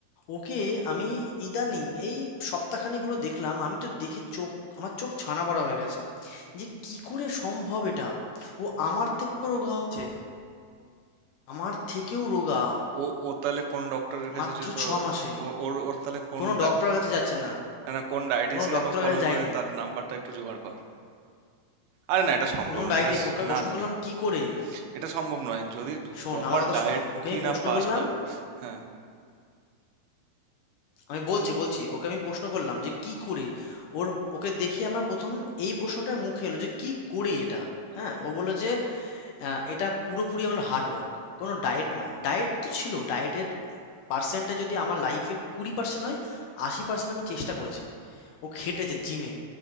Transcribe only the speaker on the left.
ওকে আমি ইদানিং এই সপ্তাহখানেক হলো দেখলাম আমি তো দেখে চোখ আমার চোখ ছানা বড়া হয়ে গেছে যে কি করে সম্ভব এটা ও আমার থেকেও রোগা হচ্ছে আমার থেকেও রোগা
মাত্র
ছ মাসে
কোনো
ডক্টরের কাছে যাচ্ছে না
কোনো ডক্টরের
কাছে যায়নি
কোনো
ডায়েটে
ওকে
প্রশ্ন
করলাম
কি করে
শোন
আমার কথা
শোন ওকে
আমি
প্রশ্ন
করলাম
আমি বলছি বলছি ওকে আমি প্রশ্ন করলাম যে কি করে ওর ওকে দেখি আমার প্রথম এই প্রশ্নটা মুখে এলো যে কি করে এটা হ্যাঁ ও বললো যে আহ, এটা পুরোপুরি আমার হার্ড ওয়ার্ক কোনো ডায়েট না ডায়েট তো ছিল ডায়েটের পার্সেন্টে যদি আমার লাইফে কুড়ি পার্সেন্ট হয় আশি পার্সেন্ট আমি চেষ্টা করেছি ও খেটেছে জিমে